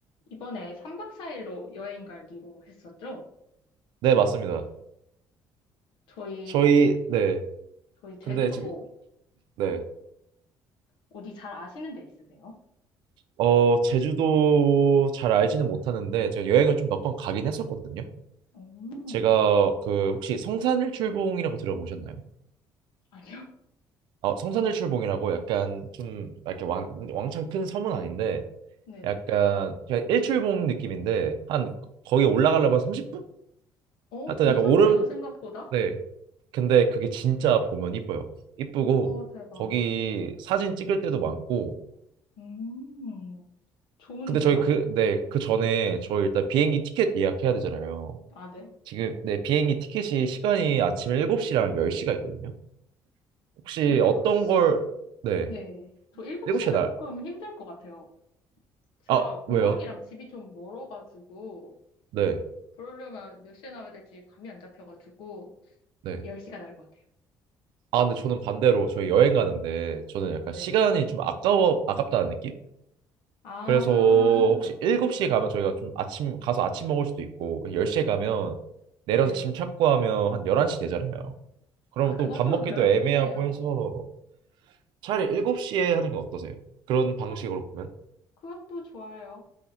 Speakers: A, on the left; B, on the right.
A: 이번에 3박 4일로 여행 가기로 했었죠?
B: 네, 맞습니다.
A: 저희,
B: 저희, 네.
A: 저희 제주도
B: 근데 지금, 네.
A: 어디 잘 아시는 데 있으세요?
B: 어, 제주도 잘 알지는 못하는데, 제가 여행을 좀 몇 번 가긴 했었거든요.
A: 음,
B: 제가 그, 혹시 성산일출봉이라고 들어보셨나요?
A: 아니요? <laughs>
B: 아, 성산일출봉이라고 약간 좀, 이렇게 왕, 왕창 큰 섬은 아닌데,
A: 네네.
B: 약간, 그냥 일출봉 느낌인데, 한, 거기 올라가려면 30분?
A: 어,
B: 하여튼
A: 괜찮네요,
B: 약간 오름,
A: 생각보다?
B: 네. 근데 그게 진짜 보면 이뻐요. 이쁘고,
A: 어, 대박.
B: 거기 사진 찍을 때도 많고,
A: 음, 좋은데요?
B: 근데 저희 그, 네, 그 전에 저희 일단 비행기 티켓 예약해야 되잖아요.
A: 아, 네.
B: 지금, 네, 비행기 티켓이 시간이 아침 7시랑 10시가 있거든요. 혹시
A: 저 7시,
B: 어떤 걸, 네,
A: 네. 저 7시는
B: 7시에 날,
A: 조금 힘들 것 같아요. 제가
B: 아,
A: 공항이랑
B: 왜요?
A: 집이 좀 멀어가지고,
B: 네,
A: 그러려면 몇 시에 나와야 될지 감이 안 잡혀가지고,
B: 네.
A: 10시가 나을 것 같아요.
B: 아, 근데 저는 반대로 저희 여행 가는데 저는 약간
A: 네.
B: 시간이 좀 아까워, 아깝다는 느낌?
A: 아,
B: 그래서 혹시 7시에 가면 저희가 좀 아침, 가서 아침 먹을 수도 있고, 10시에 가면 내려서
A: 네.
B: 짐 찾고 하면 한 11시 되잖아요. 그러면
A: 아, 그건
B: 또 밥
A: 또
B: 먹기도
A: 그렇긴
B: 애매하고
A: 해요.
B: 해서 차라리 7시에 하는 건 어떠세요? 그런 방식으로
A: 어,
B: 보면.
A: 그것도 좋아요.